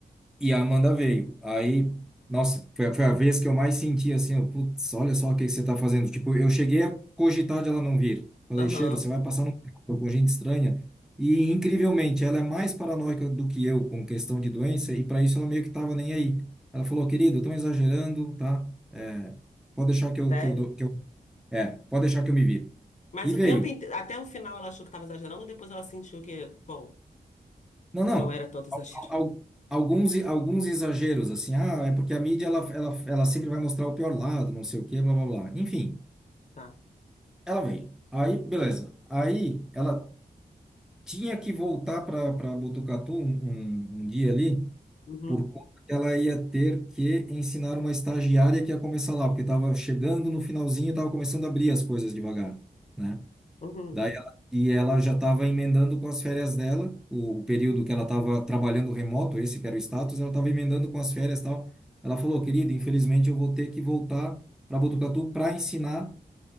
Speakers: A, in the centre; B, on the left.
A: E a Amanda veio. Aí, nossa, foi, a- foi a vez que eu mais senti assim, eu, putz, olha só o que que você tá fazendo. Tipo, eu cheguei a cogitar de ela não vir. Falei,
B: aham,
A: Cheiro, você vai passar num carro com gente estranha. E, incrivelmente, ela é mais paranoica do que eu com questão de doença, e para isso ela meio que tava nem aí. Ela falou, querido, estão exagerando, tá? É, pode deixar que eu,
B: sério?
A: que eu, dou- que eu, é, pode deixar que eu me viro.
B: Mas
A: E
B: o
A: veio.
B: tempo inte- até o final ela achou que estava exagerando, depois ela sentiu que, bom,
A: Não, não.
B: não era tanto exagero.
A: al- alguns, alguns exageros, assim, ah, é porque a mídia ela, ela, ela sempre vai mostrar o pior lado, não sei o quê, blá blá blá. Enfim,
B: Tá.
A: ela veio. Aí, beleza. Aí ela tinha que voltar para Botucatu um, um, um dia ali,
B: Uhum,
A: por conta que ela ia ter que ensinar uma estagiária que ia começar lá, porque estava chegando no finalzinho e estava começando a abrir as coisas devagar. né?
B: uhum,
A: Daí ela, e ela já estava emendando com as férias dela, o, o período que ela estava trabalhando remoto, esse que era o status, ela estava emendando com as férias e tal. Ela falou, querido, infelizmente eu vou ter que voltar para Botucatu para ensinar